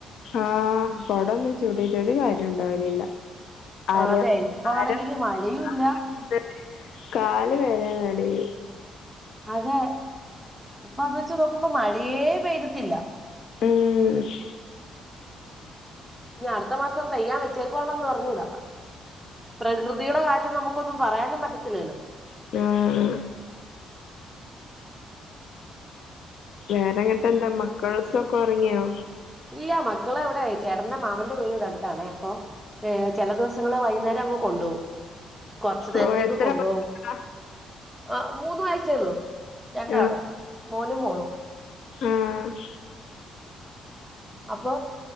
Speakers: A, on the left; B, in the centre.
A: ആഹ് കൊട്ന്ന് ചൂണ്ടിട്ടരു കാര്യം ഉണ്ടാവല്ലില്ല ആര്
B: ആ, അതെ ഇപ്പൊ
A: ആഹ്
B: ആണെങ്കിൽ മഴയും ഇല്ല
A: ആഹ് കാല് വരെ നനയും
B: അതെ ഇപ്പൊ അത് വെച്ച് നോക്കുമ്പോ മഴയേ പെയ്തിട്ടില്ല
A: ഉം
B: ഇനി അടുത്ത മാസം പെയ്യാൻ വെച്ചേക്കുവാണന്ന് പറഞ്ഞൂട പ്രകൃതിയുടെ കാര്യം നമുക്ക് ഇപ്പ ഒന്നു പറയാനും പറ്റത്തില്ലല്ലോ
A: ആഹ് വേറെങ്ങട്ട എന്താ മക്കൾസ് ഒക്കെ ഉറങ്ങിയോ
B: ഇല്ല മക്കള എവിടെയ ചേട്ടന്റെ മാമന്റെ വീട് ഇവിടെ അടുത്താണെ അപ്പൊ ഏഹ് ചില ദിവസങ്ങള് വൈകുന്നേരം അങ്ങ് കൊണ്ടുപോകും കൊറച്ചു നേരത്തേക്ക്
A: ഓ എത്ര
B: കൊണ്ടുപോകവും
A: മക്കളാ
B: ആഹ് മൂന്ന് വയസേ ഉള്ളു രണ്ടാള്
A: ആഹ്
B: മോനും മോളും
A: ആഹ്
B: അപ്പൊ